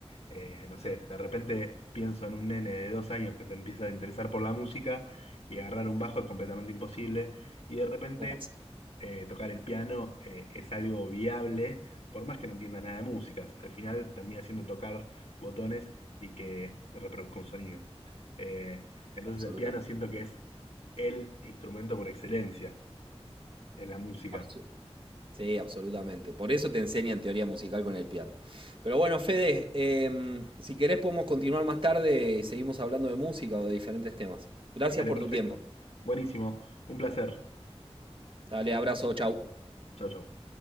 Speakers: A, on the left; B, on the right.
A: Eh, no sé, de repente pienso en un nene de dos años que se empieza a interesar por la música y agarrar un bajo es completamente imposible y de repente
B: ¿cómo así?
A: eh, tocar el piano eh, es algo viable, por más que no entienda nada de músicas. Al final termina siendo tocar botones y que reproduzca un sonido. Eh, entonces
B: Absolutamente.
A: el piano siento que es el instrumento por excelencia en la música.
B: Absu- Sí, absolutamente. Por eso te enseñan teoría musical con el piano. Pero bueno, Fede, em, si querés podemos continuar más tarde y seguimos hablando de música o de diferentes temas. Gracias
A: Dale,
B: por
A: perfecto.
B: tu tiempo.
A: Buenísimo. Un placer.
B: Dale, abrazo, chau.
A: Chau, chau.